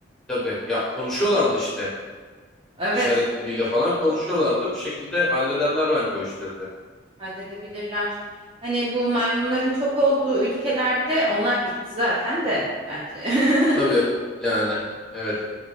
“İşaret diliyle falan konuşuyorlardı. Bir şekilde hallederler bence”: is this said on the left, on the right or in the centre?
Centre